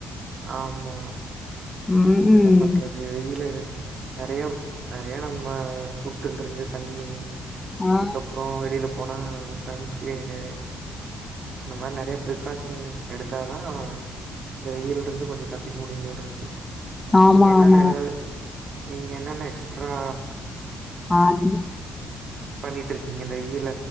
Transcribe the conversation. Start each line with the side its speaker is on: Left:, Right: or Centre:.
Right: ஆமா
Left: ம் ம்
Right: என்ன பண்றது வெயிலு நெறையா தே நம்ம ஃபுட்டுல்ருந்து தண்ணி
Left: ஆ
Right: அதுக்கப்றோ வெளில போனா சன்ஸ்கிரீனு இந்த மாரி நெறையா ப்ரிகாஷன் எடுத்தா தான் இந்த வெயில்ருந்து கொஞ்சோ தப்பிக்க முடியும் போல்ருக்கு
Left: ஆமா
Right: நீங்க என்னன்ன
Left: ஆமா ஆமா.
Right: ஏதாவது நீங்க என்னன்ன எக்ஸ்ட்ரா
Left: ஆமா
Right: பண்ணிட் இருக்கீங்க இந்த வெயில